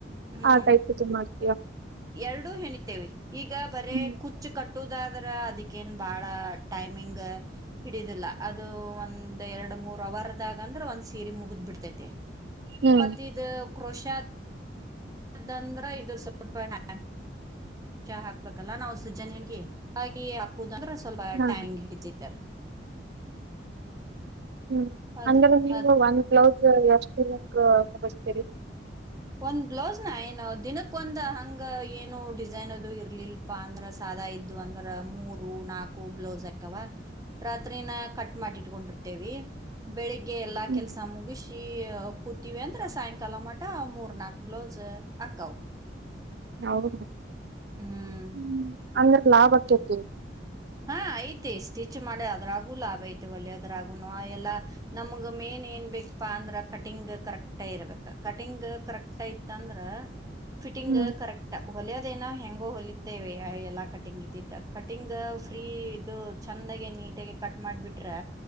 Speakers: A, on the right (about 20°); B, on the right (about 65°).
A: ಹ್ಮ್
B: ಆ ಟೈಪ್ ಇದು ಮಾಡ್ತೀವ
A: ಎರಡೂ ಹೆಣಿತೇವಿ ಈಗ ಬರೇ
B: ಹ್ಮ
A: ಕುಚ್ಚು ಕಟ್ಟ ಟದ ಆದ್ರ ಅದಕ್ಕೇನ್ ಬಾಳ ಟೈಮಿಂಗ್ ಹಿಡಿದಿಲ್ಲ ಅದು ಒಂದು ಒಂದು ಎರಡು ಮೂರು ಅವರು ಅಂದ್ರೆ ಒಂದ್ ಸೀರಿ ಮುಗಿದ್ ಬಿಡ್ತೈತೆ
B: ಹ್ಮ್
A: ಮತ್ತ ಇ ಕ್ರೋಷ್ಯಾ ಅದಂದ್ರ ಇದದು ಸ್ವಲ್ಪಷ ಹಾಕ್ಬೇಕಲ್ಲ ನಾ್ ಸುಜನ್ ಹಿ ಹಾಗೆ ಹಾಕುದಂದ್ರ ಸ್ವಲ್ಪ
B: ಹಾ
A: ಟ್ಯಾಂಗ್ ಹಿಡಚೈತರ್
B: ಹ್ಮ್
A: ಅದ್
B: ಅಂದ್ರೆ ನೀವು
A: ಅದ
B: ಒಂದ ಕ್ಲೌಸ್ ಎಷ್ಟ್ ದಿನಕ್ಕೆ ಮುಗಿಸತೀರಿ
A: ಒಂದ್ ಬ್ಲೌಸ್ ನ ಏನ ದಿನಕ್ಕ ಒಂದ ಹಂಗ ಏನು ಡಿಸೈನ್ ಅದು ಇರ್ಲಿಲ್ಪಾ ಅಂದ್ರ ಸಾದಾ ಇದ್ದು ಅಂದ್ರ ಮೂರು ನಾಕು ಬ್ಲೌಸ್ ಹಾಕವ ರಾತ್ರಿನ ಕಟ್ ಮಾಡಿ ಇಟ್ಕೊಂಡಿರ್ತೇವಿ ಬೆಳಿಗ್ ಎಲ್ಲಾ
B: ಹ್ಮ್
A: ಕೆಲ್ಸ ಮುಗಿಸ್ ಕೂತೀವಿ ಅಂದ್ರೆ ಸಾಯಂಕಾಲ ಮಠ ಮೂರ್ ಪ್ರರ್ಣಾಗಲಜ ಅಕವು
B: ಹೌದು ಹ್ಮ
A: ಹ್ಮ್
B: ಅ ಲಾಭ ಆಕತ
A: ಹಾ ಐತಿ ಸ್ಟಿಚ್ ಮಾಡಿ ಅದ್ರಾಗು ಲಾಭ ಐತೆ ಒಲದ್ರಾಗುನು ಎಲ್ಲಾ ನಮಗ್ ಮೇನ್ ಏನ್ ಬೇಕಪ್ಪಾ ಅಂದ್ರ ಕಟಿಂಗ್ ಕರೆಕ್ಟ್ ಇರ್ಬೇಕ ಕಟಿಂಗ್ ಕರೆಕ್ಟ್ ಐತ್ ಅಂದ್ರ ಫಿಟಿಂಗ್
B: ಹ್ಮ್
A: ಕರೆಕ್ಟ್ ಹೊಲೆಯ ನ ಹೆಂಗೋ ಹೊಲತ್ತೇವೆ ಎಲ್ಲಾ ಕಟಿಂಗ್ ಇದ್ದಿದ್ದ ಕಟಿಂಗ್ ಫ್ರೀ ಇದು ಚಂದಾಗ ನೀಟಾಗಿ ಕಟ್ ಮಾಡ್ಬಿಟ್ರೆ